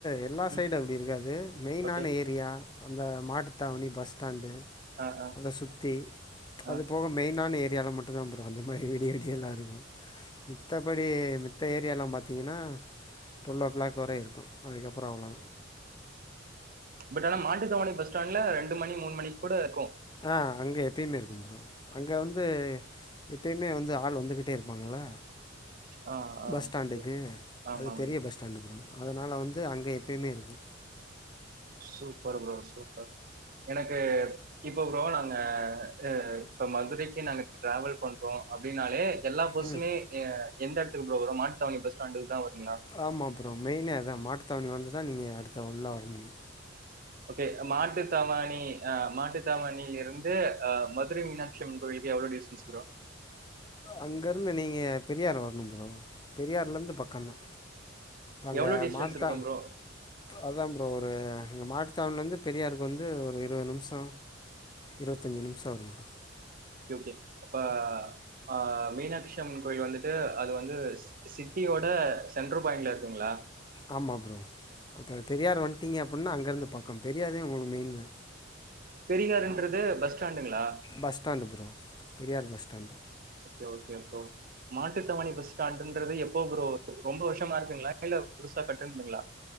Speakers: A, on the left; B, on the right.
A: எல்லா
B: ம்
A: சைடு அப்படி இருக்காது மெயினான
B: ஓகே
A: ஏரியா அந்த மாட்டுத்தாவணி பஸ் ஸ்டாண்டு
B: ஆ ஆ
A: அத சுத்தி
B: ஆ
A: அது போக மெயினான ஏரியால மட்டுந்தா ப்ரோ அந்த மாரி விடிய விடிய எல்லா இருக்கு மித்தபடி மத்த ஏரியாலா பாத்திங்கன்னா டுவெல் ஓ கிளாக் வரை இருக்கு அதுக்கப்புற அவ்ளதா
B: பட் ஆனா மாட்டு தவணி பஸ் ஸ்டாண்ட்ல ரெண்டு மணி மூனு மணிக் கூட இருக்கு
A: ஆ அங்க எப்பயுமே இருக்கும் ப்ரோ அங்க வந்து எப்பயுமே வந்து ஆளு வந்து கிட்டே இருப்பாங்களா
B: ஆ ஆ
A: பஸ் ஸ்டாண்டுக்கு
B: ஓகே. ஆமா
A: அது பெரிய
B: ப்ரோ
A: பஸ் ஸ்டேண்டு ப்ரோ அதனால வந்து அங்க எப்பயுமே இருக்கு
B: சூப்பர் ப்ரோ சூப்பர் எனக்கு இப்ப ப்ரோ நாங்க அ இப்ப மதுரைக்கு நாங்க ட்ராவல் பண்றோ அப்டின்னாலே எல்லா பஸ்ஸுமே
A: ம்
B: எ எந்த இடத்துக்கு ப்ரோ வரு மாட்டுத்தவணி பஸ் ஸ்டாண்டுக்குதா வருங்ளா
A: ஆமா ப்ரோ மெயினே அதா மாட்டுத்தவணி வந்துதா நீங்க அடுத்த உள்ள வர முடியு
B: ஓகே மாட்டு தாவணி ஆ மாட்டு தாவணிலருந்து அ மதுரை மீனாட்சி அம்மன் கோவிலுக்கு எவ்ள டிஸ்டன்ஸ் ப்ரோ
A: அங்க இருந்து நீங்க பெரியார் வரணு ப்ரோ பெரியார்ல இருந்து பக்கந்தா அங்க
B: எவ்ளோ டிஸ்டன்ஸ்
A: மாட்டுத்தா
B: இருக்கு ப்ரோ
A: அதா ப்ரோ ஒரு அங்க மாட்டுத்தாவணில இருந்து பெரியாருக்கு வந்து ஒரு இருவது நிமிஷ இருபத்தஞ்சு நிமிச ஆகும் ப்ரோ
B: ஓகே ஓகே அப்ப அ மீனாட்சி அம்மன் கோயில் வந்துட்டு அது வந்து சிட்டியோட சென்ட்ரு பாயிண்ட்ல இருக்குங்ளா
A: ஆமா ப்ரோ அப்ப பெரியார் வன்ட்டிங்க அப்புன்னா அங்க இருந்து பக்க பெரியாரே உங்களுக்கு மெயின்தா
B: பெரியார்ன்றது பஸ் ஸ்டாண்டுங்களா
A: bus stand bro Periyar bus stand
B: okay okay bro Mattuthavani bus ஸ்டாண்டுன்றது எப்போ ப்ரோ ரொம்ப வருஷமா இருக்குங்ளா இல்ல புதுசா கட்டுனதுங்ளா